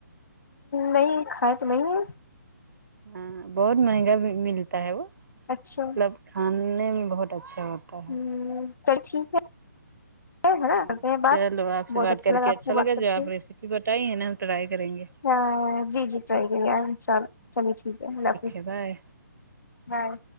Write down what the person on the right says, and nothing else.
ھمم بہت مہنگا بھی ملتا ہے وہ
مطلب کھانے میں بہت اچھا ہوتا
ہے
ہ
چلو آپ سے
بات کر کے
اچھا
لگا
جو
آپ ریسیپی بتائی ہیں نا ہم ٹرائی کریں گے
ہے بائے